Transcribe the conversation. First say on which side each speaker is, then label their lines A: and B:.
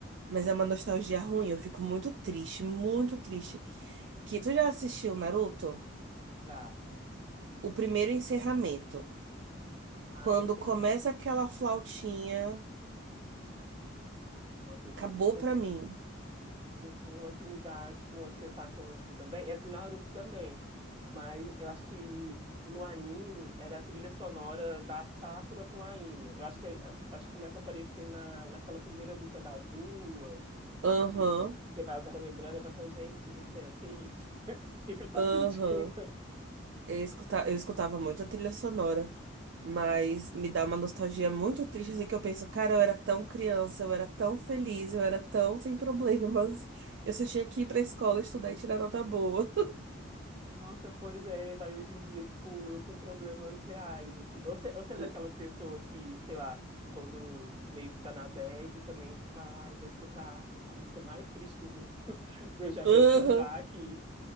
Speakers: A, on the right; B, on the right.
A: mas é uma nostalgia ruim, eu fico muito triste, muito triste. Que tu já assistiu Naruto?
B: Já.
A: O primeiro encerramento.
B: Ah,
A: Quando
B: eu sei
A: começa
B: como é que é.
A: aquela flautinha,
B: Nossa, eu sei
A: acabou
B: como
A: pra
B: é que é.
A: mim.
B: Um- Uma que me dá, tipo, uma sensação assim também, é de Naruto também. Mas eu acho que no anime era a trilha sonora da Sakura com a Ino. Eu acho que, eu acho que começa a aparecer na, naquela primeira luta das duas,
A: Aham.
B: que, que vai vai relembrando e vai falando, gente do céu, que isso? O que que eu tô
A: Aham.
B: sentindo?
A: Eu escuta- eu escutava muito a trilha sonora, mas me dá uma nostalgia muito triste, assim, que eu penso, cara, eu era tão criança, eu era tão feliz, eu era tão sem problemas. Eu só tinha que ir pra escola estudar e tirar nota boa.
B: Nossa, pois é, vai hoje em dia, tipo, eu com problemas reais, assim. Você, você é
A: <laughs>
B: daquelas pessoas que, sei lá, quando meio que tá na bad, também vai lá e vou escutar a música mais triste do mundo <laughs> pra eu já
A: Aham.
B: me afundar aqui.